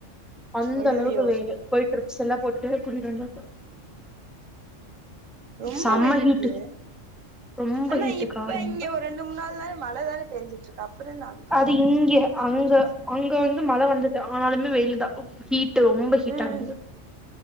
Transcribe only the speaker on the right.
ஐயையோ
ரொம்ப
வெயில் அடிக்குது
ஆனா
இப்ப
இங்க ஒர் ரெண்டு மூணு நாள் தான மழ தான பெஞ்சிட்ருக்கு அப்றோ நாங்க
ம்